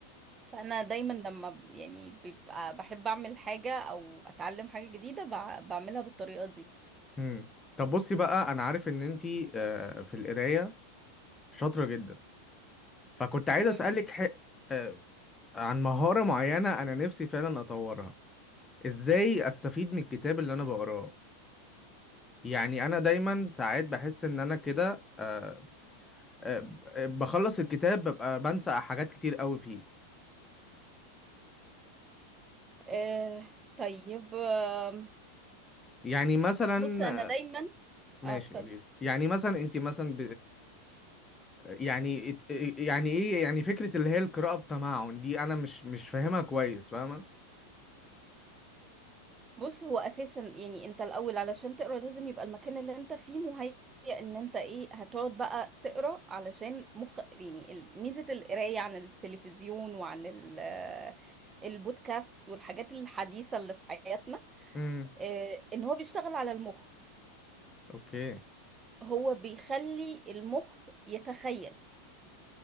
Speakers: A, on the right (about 20°); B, on the left (about 15°).
A: فأنا دايما لما ب- يعني بيبقى بحب أعمل حاجة أو أتعلم حاجة جديدة بع- بعملها بالطريقة دي
B: امم طب بصي بقى انا عارف ان انتي آه، في القراية شاطرة جدا فكنت عايز
A: مم.
B: اسألك ح... آه، عن مهارة معينة انا نفسي فعلا اطورها ازاي استفيد من الكتاب اللي انا بقراه يعني انا دايما ساعات بحس ان انا كده آه، آه، بخلص الكتاب ببقى بنسى حاجات كتير قوي فيه
A: آه طيب آم،
B: يعني مثلا
A: بص أنا دايما
B: ماشي
A: اه اتفضل
B: قولي لي. يعني مثلا انت مثلا يعني ات- يعني ايه يعني فكرة اللي هي القراءة بتمعن دي انا مش مش فاهمها كويس فاهمة
A: بص هو اساسا يعني انت الاول علشان تقرا لازم يبقى المكان اللي انت فيه مهيئ ان انت ايه هتقعد بقى تقرا علشان مخ يعني ال- ميزه القرايه عن التلفزيون وعن ال البودكاست والحاجات الحديثه اللي في حياتنا
B: امم
A: آه، ان هو بيشتغل على المخ
B: اوكي
A: هو بيخلي المخ يتخيل